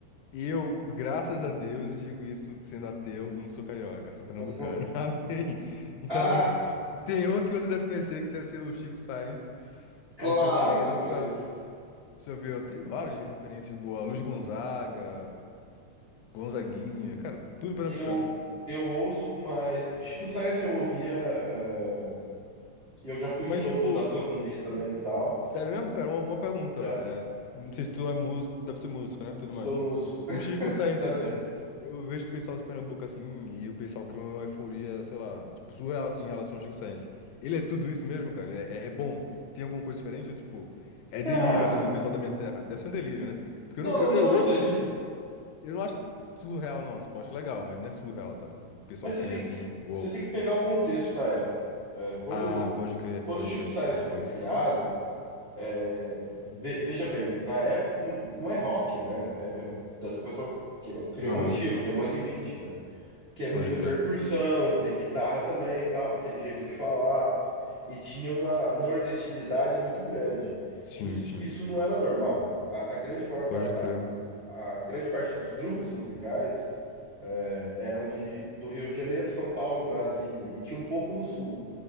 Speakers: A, on the left; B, on the right.
A: eu, graças a Deus, e digo isso sendo ateu, não sou carioca, sou pernambucano.
B: Uhum.
A: <laughs> Amém. Então,
B: Ah,
A: tem um que você deve conhecer, que deve ser o Chico Sainz,
B: claro
A: Alceu Valença,
B: que eu conheço.
A: deixa eu ver, tem vários de referências boas, Luiz Gonzaga, Gonzaguinha, cara, tudo pernambucano.
B: Eu eu ouço, mas Chico Science eu ouvia, é, eu já fui
A: Mas,
B: em show
A: tipo,
B: do Nação Zumbi também
A: um-
B: e tal.
A: sério mesmo, cara? Uma, uma pergunta.
B: Já
A: é, não sei se tu é músico, tu deve ser músico, né? Tudo
B: sou
A: mais.
B: músico <laughs>
A: O Chico Science,
B: também.
A: assim, eu vejo o pessoal de Pernambuco assim, e o pessoal cria uma euforia, sei lá, tipo, surreal assim, em relação ao Chico Science. Ele é tudo isso mesmo, cara? Ele É, é bom? Tem alguma coisa diferente? Ou, tipo, é
B: Cara,
A: delírio, assim, do pessoal da minha terra? Deve ser um delírio, né? Porque
B: não,
A: eu, não-
B: não,
A: eu,
B: não
A: eu
B: é um
A: ouço
B: delírio.
A: assim, eu não acho surreal, não. Tipo, eu acho legal, mas não é surreal, sabe? O pessoal
B: Mas
A: cria
B: você tem
A: assim,
B: que,
A: uou.
B: você tem que pegar o contexto da época. É, quando,
A: Ah, pode crer,
B: quando
A: pode
B: o Chico
A: crer,
B: Sainz
A: pode
B: foi
A: crer.
B: criado, é, ve- veja bem, na época, não, não é rock, né? É- é- tanto que o pessoal que- é- criou
A: Aham.
B: um estilo, que é Mangue Beat, né? Que é muita
A: Pode crer.
B: percussão, tem guitarra também, e tal, aquele jeito de falar. E tinha uma nordestinidade muito grande.
A: Sim,
B: Isso,
A: sim.
B: isso não era normal. A, a grande maior
A: Pode
B: par,
A: crer.
B: a, a a grande parte dos grupos musicais eh, eram de, do Rio de Janeiro, São Paulo, Brasília, e tinha um pouco no sul.